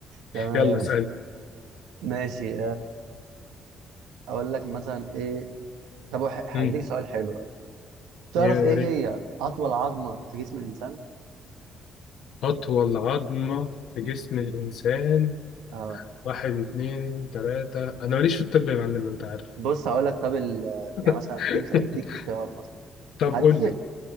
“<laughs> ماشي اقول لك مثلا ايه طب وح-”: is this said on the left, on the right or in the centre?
Right